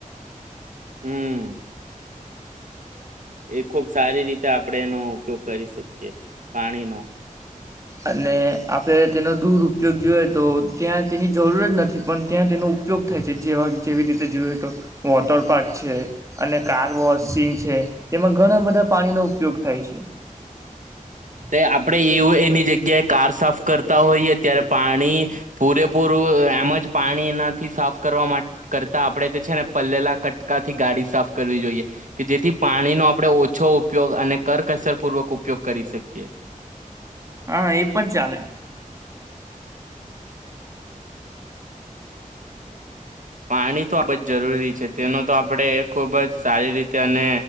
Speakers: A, on the right; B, on the right.
A: હમ. એ ખુબ સારી રીતે આપડે એનો ઉપયોગ કરી શકીએ પાણી નો.
B: અને આપણે તેનો દૂર ઉપયોગ જોઈએ તો ત્યાં તેની જરૂર જ નથી પણ ત્યાં તેનો ઉપયોગ થાય છે જેવા જેવી રીતે જોઈએ તો વોટર પાર્ક છે અને કારવો સિંંગ છે. તેમાં ઘણા બધા પાણીનો ઉપયોગ થાય છે. <unintelligible>
A: તે આપણેે એવું એની જગ્યાએ કાર સાફ કરતા હોઈએ ત્યારે પાણી પૂરેપૂરું એમ જ પાણી એનાથી સાફ કરવા કરતા આપણે તે છે ને પલેલા કટકાથી ગાડી સાફ કરવી જોઈએ કે જેથી પાણીનો આપણે ઓછો ઉપયોગ અને કરકસરપૂર્વક ઉપયોગ કરી શકી. <unintelligible>
B: હા એ પણ ચાલે.
A: પાણી તો આ જ જરૂરી છે તેનો તો આપણે ખૂબ જ સારી રીતે અને